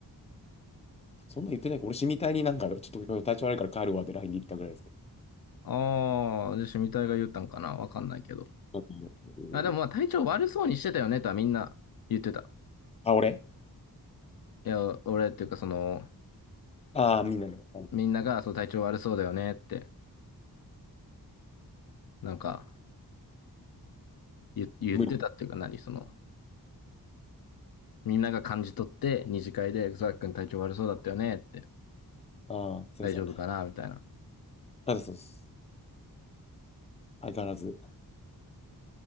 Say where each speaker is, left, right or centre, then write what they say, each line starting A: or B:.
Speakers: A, on the left; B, on the left.
A: そんな言ってないか、俺、死みたいになんか、ちょっと今日体調悪いから帰るわって LINE で言ったぐらいですけ
B: ああ、じゃあ、シュミ隊が言ったんかなわかんないけど。
A: ど。うん
B: あ、でもまあ、体調悪そうにしてたよねとはみんな言ってた。
A: あ、俺
B: いや、俺っていうか、その、
A: ああー、みんなの。あの
B: みんなが、そう、体調悪そうだよねって、なんか、言、言ってたっていうか、
A: 無理。
B: 何、その、みんなが感じ取って、二次会で、ザックン体調悪そうだったよねって、
A: ああ、すいません。
B: 大丈夫かなみたいな。
A: あ、そうです。相変わらず、